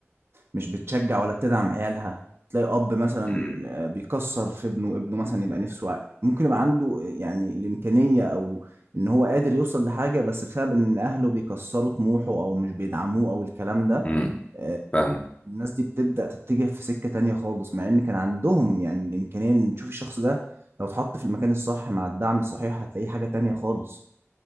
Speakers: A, on the right; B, on the left.
A: مش بتشجع ولا بتدعم عيالها تلاقي اب مثلا
B: مم.
A: آه، بيكسر في ابنه ابنه مثلا يبقى نفسه ع- ممكن يبقى عنده يعني الامكانيه او ان هو قادر يوصل لحاجه بس بسبب ان اهله بيكسروا طموحه او مش بيدعموه او الكلام ده
B: مم.
A: آه،
B: فاهم
A: الناس دي بتبدا تتجه في سكه تانية خالص مع ان كان عندهم يعني الامكانيه ان تشوف الشخص ده لو اتحط في المكان الصح مع الدعم الصحيح هتلاقيه حاجة تانية خالص